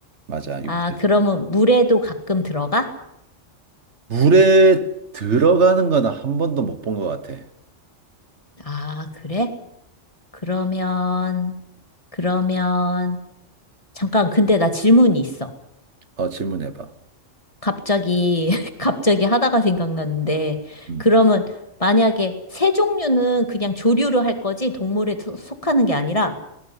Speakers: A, on the right (about 65°); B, on the left (about 25°).
A: 맞아,
B: 아,
A: 육지에
B: 그러면
A: 살아.
B: 물에도 가끔 들어가?
A: 물에 들어가는 거는 한 번도 못 본 것 같아.
B: 아, 그래? 그러면, 그러면, 잠깐, 근데 나 질문이 있어.
A: 어, 질문해봐.
B: 갑자기, <laughs> 갑자기 하다가 생각났는데,
A: 음.
B: 그러면 만약에 새 종류는 그냥 조류로 할 거지, 동물에 소- 속하는 게 아니라,